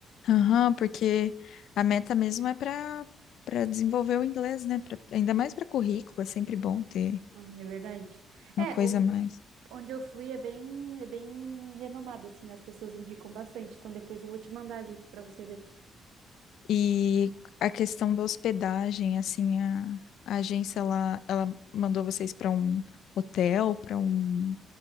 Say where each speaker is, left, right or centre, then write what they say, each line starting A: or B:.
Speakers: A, on the left; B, on the right.
A: Aham, porque a meta mesmo é pra, pra desenvolver o inglês, né? Pra- ainda mais pra currículo, é sempre bom ter
B: Ah, não é verdade? É,
A: uma coisa
B: o-
A: a mais.
B: onde eu fui é bem, é bem renomado, assim, né? As pessoas indicam bastante. Então depois eu vou te mandar ali pra você ver.
A: E a questão da hospedagem, assim, a, a agência, ela, ela mandou vocês para um hotel, para um.